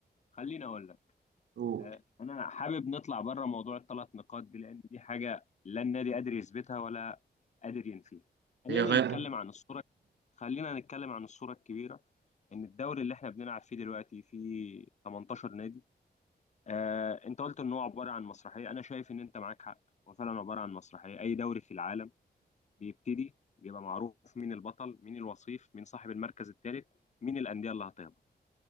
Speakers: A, on the left; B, on the right.
A: خليني اقول لك
B: أوه.
A: آه، انا حابب نطلع بره موضوع الثلاث نقاط دي لان دي حاجه لا النادي قادر يثبتها ولا قادر ينفيها خلينا
B: هي غير
A: نتكلم عن الصوره خلينا نتكلم عن الصوره الكبيره ان الدوري اللي احنا بنلعب فيه دلوقتي فيه 18 نادي آه، انت قلت ان هو عباره عن مسرحيه انا شايف ان انت معاك حق هو فعلا عباره عن مسرحيه اي دوري في العالم بيبتدي بيبقى معروف مين البطل مين الوصيف مين صاحب المركز الثالث مين الانديه اللي هتهبط